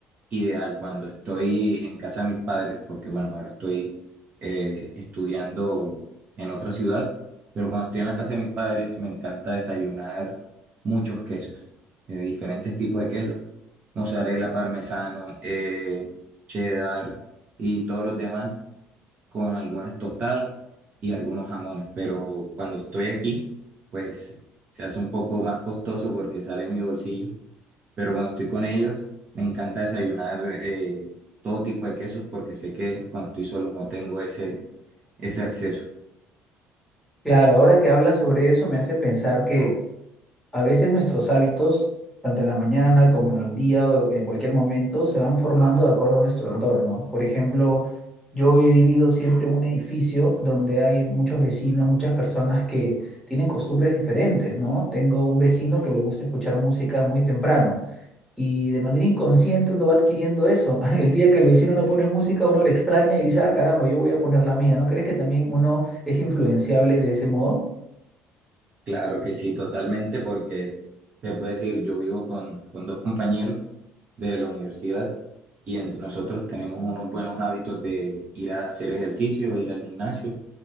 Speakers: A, on the right; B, in the centre.
A: ideal cuando estoy en casa de mis padres, porque bueno, ahora estoy eh, estudiando en otra ciudad, pero cuando estoy en la casa de mis padres me encanta desayunar muchos quesos, eh, diferentes tipos de quesos, mozzarella, parmesano, eh, cheddar y todos los demás con algunas tostadas y algunos jamones, pero cuando estoy aquí, pues se hace un poco más costoso porque sale de mi bolsillo pero cuando estoy con ellos me encanta desayunar eh, todo tipo de quesos porque sé que cuando estoy solo no tengo ese, ese acceso.
B: Claro, ahora que hablas sobre eso me hace pensar que a veces nuestros hábitos, tanto en la mañana como en el día o en cualquier momento, se van formando de acuerdo a nuestro entorno. Por ejemplo, yo he vivido siempre en un edificio donde hay muchos vecinos, muchas personas que tienen costumbres diferentes, ¿no? Tengo un vecino que le gusta escuchar música muy temprano y de manera inconsciente uno va adquiriendo eso. <laughs> El día que el vecino no pone música, uno le extraña y dice, ah, caramba, yo voy a poner la mía. ¿No crees que también uno es influenciable de ese modo?
A: Claro que sí, totalmente, porque te puedo decir, yo vivo con, con dos compañeros de la universidad y entre nosotros tenemos unos buenos hábitos de ir a hacer ejercicio, ir al gimnasio